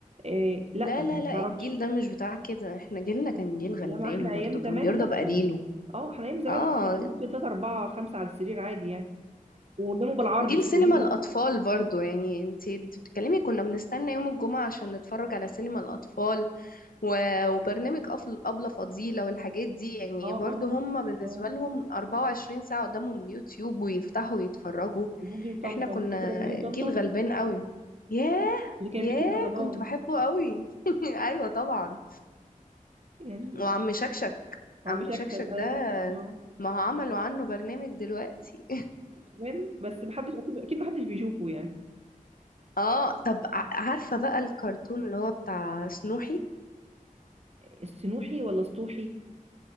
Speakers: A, on the right (about 45°); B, on the left (about 80°).
A: إيه لا
B: لا
A: ما
B: لا لا
A: تعرفش
B: الجيل ده مش بتاع كده احنا جيلنا كان جيل غلبان
A: لا ما احنا
B: برضو
A: ايام زمان
B: كان بيرضى
A: لا
B: بقليله
A: اه احنا ايام زمان
B: اه
A: عادي كان ممكن ثلاثة أربعة خمسة على السرير عادي يعني وناموا بالعرض
B: جيل
A: السرير
B: سينما الأطفال برضو يعني انت انت بتتكلمي كنا بنستنى يوم الجمعة عشان نتفرج على سينما الأطفال و- وبرنامج أفل- أبلة فضيلة والحاجات دي يعني
A: اه
B: برضو
A: اه
B: هم بالنسبة
A: اه
B: لهم 24 ساعة قدامهم اليوتيوب ويفتحوا ويتفرجوا
A: وبوجي وطمطم
B: احنا كنا
A: فاكرة بوجي وطمطم
B: جيل غلبان قوي ياه
A: اللي كان
B: ياه
A: بيجي في رمضان
B: كنت بحبه قوي <laughs> ايوه طبعا
A: يعني
B: وعم شكشك
A: عم
B: عم
A: شكشك
B: شكشك ده
A: ايوه اه
B: ما هو عملوا عنه برنامج دلوقتي
A: كمان بس محدش اكيد اكيد محدش بيشوفه يعني
B: اه طب ع- عارفة بقى الكرتون اللي هو بتاع سنوحي
A: السنوحي ولا السطوحي